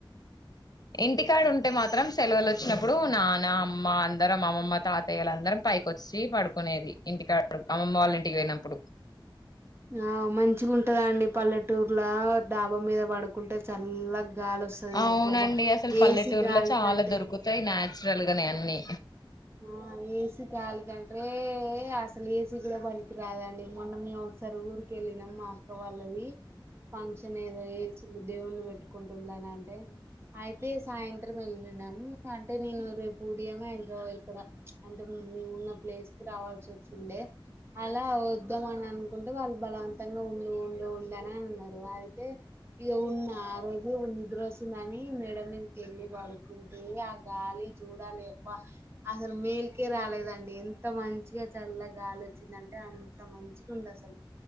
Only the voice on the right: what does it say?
ఆ మంచిగుంటదా అండి పల్లెటూరు ఇట్లా డాబా మీద పడుకుంటే చల్ల గాలి వస్తది
అబ్బబ్బా
ఏసీ గాలి
కంటే
ఆ ఏసి కాద్ క ఏ అసలు ఏసీ కూడ పనికి రాదండి మొన్న మేము ఒకసారి ఊరికెళ్ళినం మా అక్క వాళ్ళది ఫంక్షన్ ఏదో ఏజ్ దేవుని పెట్టుకుంటుంద్లె నంటే అయితే సాయంత్రం వెళ్లినాం అంటే నేను రేపు ఉదయమే ఎంతో ఇక్కడ ప్చ్ అంటే మేము ఉన్న ప్లేస్ కి రావాల్సి వచ్చిండే అలా వద్దాం అని అనుకుంటే వాళ్ళు బలవంతంగా ఉండు ఉండు అన్ అన్నరు అయితే ఇగ ఉన్న ఆ రోజు నిద్ర వస్తుందని మేడ మీదకి వెళ్ళి పడుకుంటే ఆ గాలి చూడాలి అబ్బా అసలు మేల్కే రాలేదండి ఎంత మంచిగా చల్ల గాలి వచ్చిందంటే అంత మంచిగా ఉంది అసలు